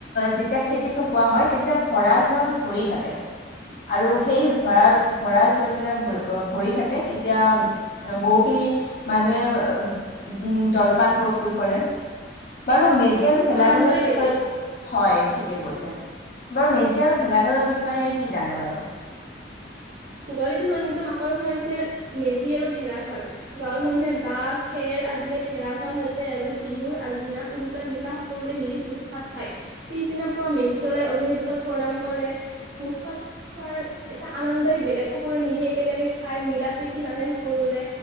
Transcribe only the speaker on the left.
যেতিয়া খেতি চ কোৱা হয় তেতিয়া ভঁৰাল ভল ভৰি থাকে। আৰু সেই
ভঁৰা ভঁৰাল যেতিয়া ভৰি থাকে তেতিয়া বহুখিনি মানুহে উ জলপান প্ৰস্তুত কৰে। বাৰু
মেজি
আৰু
ভেলাঘৰৰ
বিষয়ে হয় ঠিকেই কৈছে বাৰু মেজি আৰু ভেলাঘৰৰ বিষয়ে কি জানে বাৰু?